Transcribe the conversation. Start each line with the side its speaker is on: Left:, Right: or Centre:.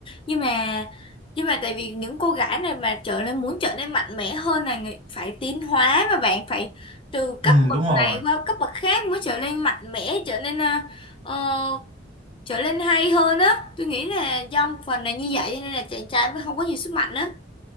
Left: Nhưng mà nhưng mà tại vì những cô gái này mà trở nên muốn trở nên mạnh mẽ hơn là người- phải tiến hóa mà bạn phải từ cấp
Right: ừ
Left: bậc
Right: đúng rồi
Left: này qua cấp bậc khác mới trở nên mạnh mẽ, trở nên ờ, ờ, trở nên hay hơn á. Tôi nghĩ là do một phần là như vậy cho nên là chàng trai mới không có nhiều sức mạnh á.